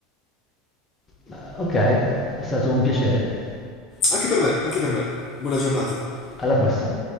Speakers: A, on the left; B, on the left.
A: Ma, ok, è stato un piacere.
B: Anche per me, anche per me. Buona giornata.
A: Alla prossima.